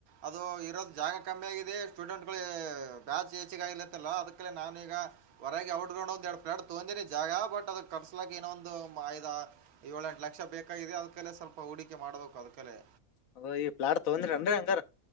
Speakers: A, on the right; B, on the left.
A: ಅದು ಇರೋದು ಜಾಗ ಕಮ್ಮಿ ಆಗಿದೆ ಸ್ಟೂಡೆಂಟ್ ಗಳು ಬ್ಯಾಚ್ ಹೆಚ್ಗೆ ಆಾಗಿಲತ್ತಲ್ಲ ಅದಕ್ಕೆ ನಾನು ಈಗ ಹೊರಗೆ ಔಟ್ ಗ್ರೌಂಡ್ ಒ ಎರ್ಲಡ್ ತೊಂದಿನಿ ಜಾಗಾ ಬಟ್ ಅದ ಕಟ್ಸಲಾಕ್ಕ ಇನ ಒಂದ್ ಐದ್ ಆ ಯೋಳ ಎಂಟ್ ಲಕ್ಷಾ ಬೇಕಾಗಿದೆ ಅದಕಲಿ ಸ್ವಲ್ಪ. ಹೂಡಿಕೆ ಮಾಡಬೇಕು ಅದ್ಕಲೆೇ.
B: ಅ ಈ ಪ್ಲಾಟ್ ತಗೊಂದೀರನ್ರಿ ಹಂಗಾರ.